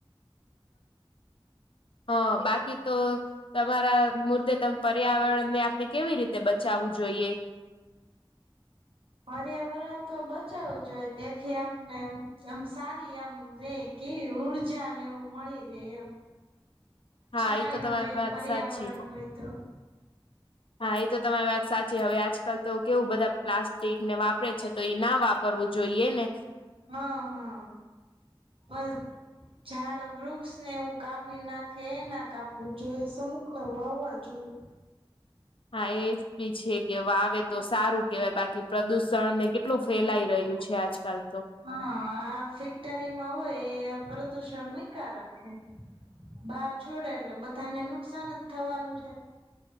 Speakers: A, on the left; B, on the right.
A: હા, બાકી તો તમારા મુર્તે ત પર્યાવરણને, આપણે કેવી રીતે બચાવવું જોઈએ?
B: પર્યાવરણ તો બચાવું જોઈ તેથી આપને આમ સારી આમ રે કેવી ઉર્જા ને એવું મળી રે એમ.
A: હા
B: છાયોરે
A: એ તો તમારી વાત
B: પર્યાવરણ
A: સાચી
B: હોયતું.
A: હા, એ તમારી વાત સાચી, હવે આજકાલ તો બધા પ્લાસ્ટિકને વાપરે છે, તો એ ના વાપરે. કરવું જોઈએ ને.
B: હા, હા, પણ ઝાડ-વૃક્ષ ને એવું કાપી નાખે, એ ના કાપવું જોઈએ, સમુકલા વાવવા જોઈએ.
A: હા, એજ બી છે કે, વાવે તો સારું કેહેવાય બાકી પ્રદુષણને કે કેટલું ફેલાઈ રહ્યું છે, આજકાલ તો.
B: હા, આ ફેક્ટરીમાં હોય એ, પ્રદુષણ મૂકા રાખે. બહાર છોડે, એટલે બધાને નુકસાન જ થવાનું છે.